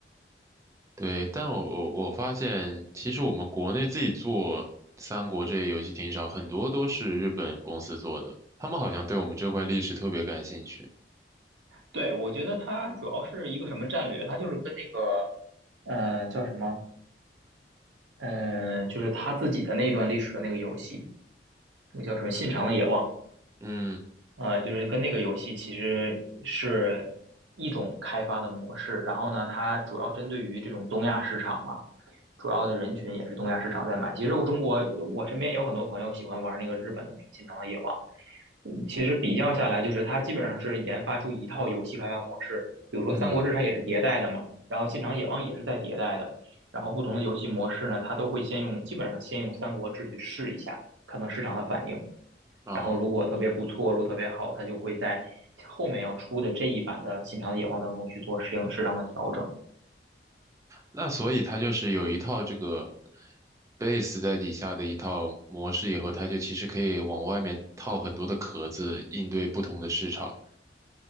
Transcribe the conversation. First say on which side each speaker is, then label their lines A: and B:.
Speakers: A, on the right; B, on the right.
A: 对，但我我我发现，其实我们国内自己做三国这些游戏挺少，很多都是日本公司做的，他们好像对我们这块历史特别感兴趣。
B: 对，我觉得它主要是一个什么战略，它就是跟那个呃叫什么呃，就是他自己的那一段历史的那个游戏，那个叫什么《信长的野望》，
A: 嗯
B: 呃，就是跟那个游戏其实是一种开发的模式，然后呢，它主要针对于这种东亚市场嘛，主要的人群也是东亚市场在买。其实我中国，我身边有很多朋友喜欢玩那个日本的那个《心疼的野王》，嗯，其实比较下来，就是它基本上是研发出一套游戏开发模式，比如说《三国志》它也是迭代的嘛，
A: 嗯
B: 然后《信长野望》也是在迭代的，然后不同的游戏模式呢，它都会先用，基本上先用《三国志》去试一下，看看市场的反应。
A: 啊。
B: 然后如果特别不错，如果特别好，它就会在后面要出的这一版的《信长野望》当中去做适应适当的调整。
A: 那所以它就是有一套这个 base 在底下的一套模式，以后它就其实可以往外面套很多的壳子，应对不同的市场。